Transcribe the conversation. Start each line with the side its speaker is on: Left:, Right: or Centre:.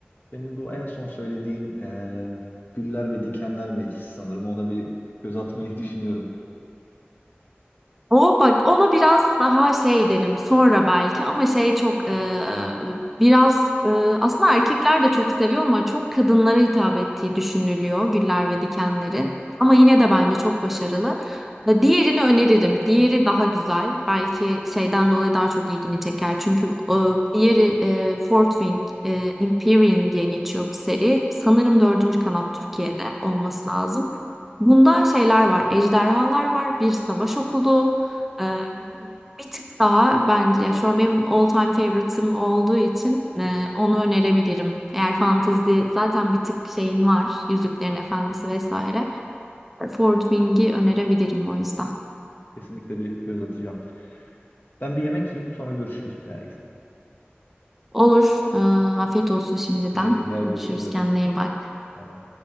Left: Senin bu en son söylediğin e, Güller ve Dikenler Meclisi sanırım ona bir göz atmayı <laughs> düşünüyorum.
Centre: O bak ona biraz daha şey derim sonra belki ama şey çok e, biraz e, aslında erkekler de çok seviyor ama çok kadınlara hitap ettiği düşünülüyor Güller ve Dikenler'in. Ama yine de bence çok başarılı. E, Diğerini öneririm. Diğeri daha güzel. Belki şeyden dolayı daha çok ilgini çeker. Çünkü e, diğeri e, Fort Wing, e, Empyrean diye geçiyor bu seri. Sanırım dördüncü kanat Türkiye'de olması lazım. Bunda şeyler var. Ejderhalar var, bir savaş okulu, ee, bir tık daha bence ya şu an benim all time favorite'ım olduğu için e, onu önerebilirim. Eğer fantezi zaten bir tık şeyin var. Yüzüklerin Efendisi vesaire. E, Ford Wing'i önerebilirim o yüzden.
Left: Kesinlikle bir göz atacağım. Ben bir yemek yiyeyim sonra görüşürüz Nergis.
Centre: Olur. Ee, afiyet olsun şimdiden.
Left: Teşekkürler
Centre: Görüşürüz.
Left: görüşmek üzere.
Centre: Kendine iyi bak.
Left: Bay bay.